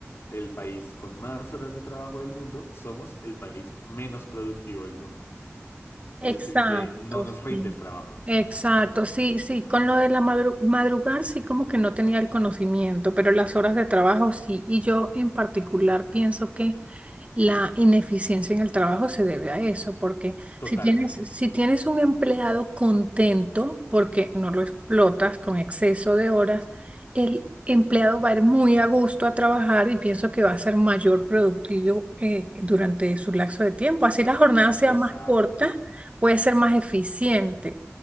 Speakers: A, on the left (about 60°); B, on the right (about 30°).
A: el país con más horas de trabajo del mundo, somos el país menos productivo del mundo. Es
B: Exacto,
A: decir, que no nos rinde
B: sí.
A: el trabajo.
B: Exacto, sí, sí, con lo de la madru- madrugar sí como que no tenía el conocimiento, pero las horas de trabajo sí, y yo en particular pienso que la ineficiencia en el trabajo se debe a eso, porque
A: Totalmente.
B: si tienes, si tienes un empleado contento porque no lo explotas con exceso de horas, el empleado va a ir muy a gusto a trabajar y pienso que va a ser mayor productivo eh, durante su lapso de tiempo. Así la jornada sea
A: Exacto.
B: más corta, puede ser más eficiente